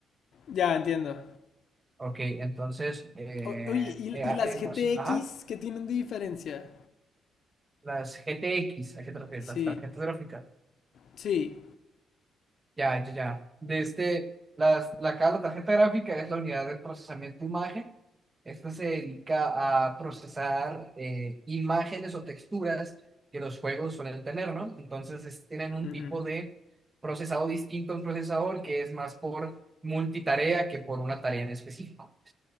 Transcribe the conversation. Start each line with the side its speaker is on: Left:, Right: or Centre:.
Left: ya entiendo.
Right: Ok, entonces, eh,
Left: O- oye, ¿y,
Right: eh, hay
Left: y las G
Right: más.
Left: T X
Right: Ajá,
Left: qué tienen de diferencia?
Right: las GTX, ¿a qué te refieres?
Left: Sí,
Right: Las tarjetas gráficas.
Left: sí.
Right: Ya, ya, ya. Desde las, la, ca- la tarjeta gráfica es la unidad de procesamiento de imagen. Esta se dedica a procesar eh, imágenes o texturas que los juegos suelen tener, ¿no? Entonces es- tienen un
Left: ujú,
Right: tipo de procesado distinto a un procesador que es más por multitarea que por una tarea en específico.